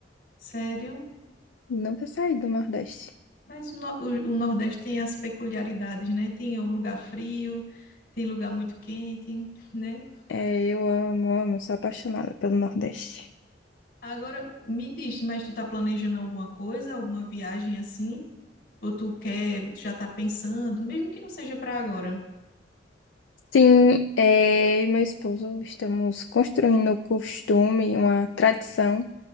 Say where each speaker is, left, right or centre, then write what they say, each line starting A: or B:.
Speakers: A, on the left; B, on the left.
A: Sério?
B: Nunca saí do Nordeste.
A: Mas o, no- o- o Nordeste tem as peculiaridades, né? Tem o lugar frio, tem lugar muito quente, né?
B: É, eu amo, amo, sou apaixonada pelo Nordeste.
A: Agora, me diz, mas tu tá planejando alguma coisa, alguma viagem assim? Ou tu quer, tu já tá pensando, mesmo que não seja pra agora?
B: Sim, é, eu e meu esposo estamos construindo o costume, uma tradição